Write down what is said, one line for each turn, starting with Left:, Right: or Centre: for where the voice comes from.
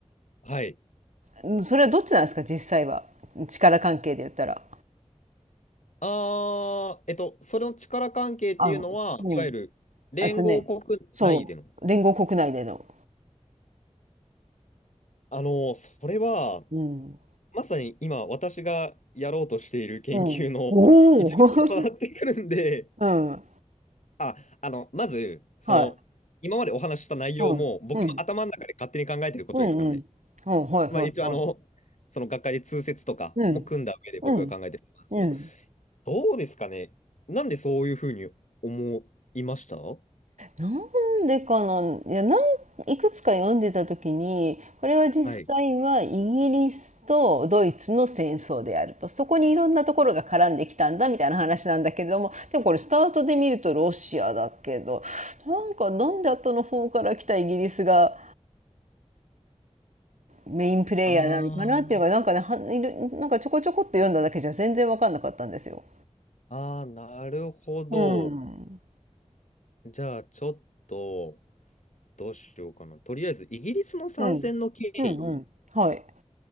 Left: はい。
Right: うんそれはどっちなんですか、実際は。力関係で言ったら。
Left: あー、えっと、それの力関係っていうのは、
Right: あ、うん。
Left: いわゆる連合国内での。
Right: あとね、そう。連合国内での。
Left: あの、それは、
Right: うん。
Left: まさに今、私がやろうとしている研究の一部と重なってくるんで、
Right: うん。おお。<laughs> うん。
Left: あ、あの、まず、その、
Right: はい。
Left: 今までお話しした内容も、
Right: うん。
Left: 僕の頭の中で勝手に考えてることですからね。
Right: うん。うん。うん。うん。はいはいはい。
Left: まあ、一応、あの、その学会で通説とかも組んだ上で僕が考えてることなんですけど、
Right: うん。うん。うん。
Left: どうですかね。なんでそういうふうに思いましたは
Right: なんでかな、いや、なん、いくつか読んでた時に、これは実際はイギリスとドイツの戦争であると。
Left: い。
Right: そこにいろんなところが絡んできたんだみたいな話なんだけれども、でもこれスタートで見るとロシアだけど、なんかなんで後の方から来たイギリスがメインプレイヤーなのかなっていうのが、
Left: あー
Right: なんかね、はいるなんかちょこちょこっと読んだだけじゃ全然わかんなかったんですよ。
Left: あー、なるほど。
Right: うん。
Left: じゃあ、ちょっと、どうしようかな。とりあえず、イギリスの参戦の経緯
Right: うん。うんうん。はい。